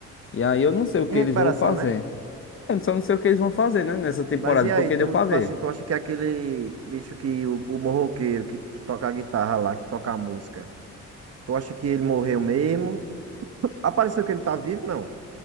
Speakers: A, on the left (about 45°); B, on the right (about 55°).
A: E aí eu não sei o que
B: Em recuperação,
A: eles vão fazer.
B: né?
A: Eu só não sei o que eles vão fazer, né, nessa temporada,
B: Mas e aí,
A: porque
B: tu,
A: deu pra
B: tipo
A: ver.
B: assim, tu acha que é aquele bicho que o, o morroqueiro que, que toca a guitarra lá, que toca a música, tu acha que ele morreu mesmo? Apareceu que ele tá vivo? Não.